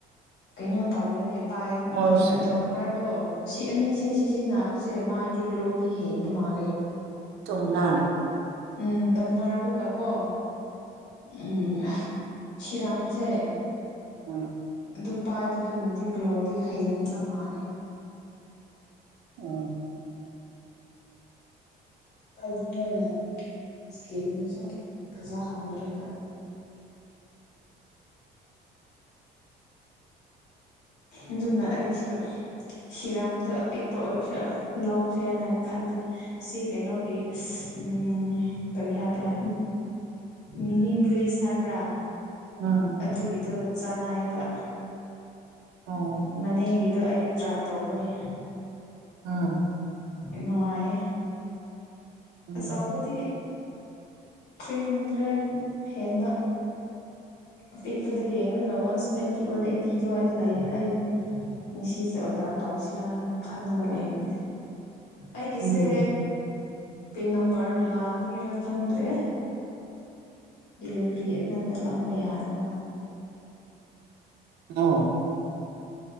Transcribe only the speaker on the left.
ꯀꯩꯅꯣ ꯇꯧꯋꯦꯅꯦ ꯄꯥꯏꯕꯅꯤꯅ
ꯇꯣꯅꯔꯗꯣ ꯁꯤ ꯑꯅꯤꯁꯦ ꯁꯤꯖꯤꯟꯅꯕꯁꯦ ꯃꯥꯏ ꯇꯒꯂꯣꯗꯤ ꯍꯗꯨ ꯃꯥꯂꯦ
ꯎꯝ ꯇꯃꯔꯗꯨꯒꯀꯣ ꯎꯝ ꯁꯤꯔꯝꯁꯦ
ꯑꯗꯨ ꯄꯥꯏꯕꯗꯨꯅꯗꯤ ꯒ꯭ꯂꯣꯗꯤ ꯍꯦꯟꯕ ꯃꯥꯜꯂꯦ
ꯍꯥꯏꯗꯤ ꯃꯣꯏꯅ ꯏꯁꯇꯤꯜꯗꯁꯨ ꯐꯖꯍꯟꯕꯅꯦꯕ ꯑꯗꯨꯅ ꯑꯩꯁꯨ ꯁꯤꯔꯝꯗꯣ ꯑꯄꯤꯛꯄ ꯑꯣꯏꯁꯨ ꯂꯧꯁꯦ ꯍꯥꯏꯅ ꯈꯟꯕꯅꯤ ꯁꯤ ꯀꯩꯅꯣꯒꯤ ꯎꯝ ꯀꯔꯤ ꯍꯥꯏꯕ꯭ꯔꯥ ꯃꯤꯅꯤꯃꯤꯂꯤ ꯁꯥꯏꯕ꯭ꯔꯥ
ꯑꯗꯨꯒꯤꯗꯣ ꯆꯥꯟꯅꯩꯌꯦꯕ
ꯃꯅꯦꯒꯤꯗꯣ ꯑꯩ ꯇ꯭ꯔꯥꯏ ꯇꯧꯕꯅꯦ
ꯅꯨꯡꯉꯥꯏꯌꯦ
ꯑꯆꯕꯗꯤ ꯊ꯭ꯔꯤ ꯍꯟꯗ꯭ꯔꯦꯠ ꯍꯦꯟꯕ ꯑꯄꯤꯛꯄꯗ ꯌꯦꯡꯉꯒ ꯋꯥꯟ ꯁꯚꯦꯟꯇꯤ ꯋꯥꯟ ꯑꯦꯠꯇꯤ ꯑꯗꯨꯋꯥꯏꯗ ꯂꯩꯌꯦ ꯑꯩ ꯅꯤꯡꯁꯤꯁꯦ ꯑꯣꯗꯔ ꯇꯧꯁꯤꯔ ꯍꯥꯏꯅ ꯈꯜꯂꯒ ꯂꯩꯕꯅꯦ ꯑꯩꯒꯤꯁꯦ
ꯄꯤꯟ ꯅꯝꯕꯔ ꯂꯥꯟꯕꯒꯤꯔ ꯈꯪꯗ꯭ꯔꯦ ꯗꯤꯂꯤꯚꯔꯤ ꯑꯩꯉꯣꯟꯝꯗ ꯂꯥꯛꯄ ꯌꯥꯗꯅ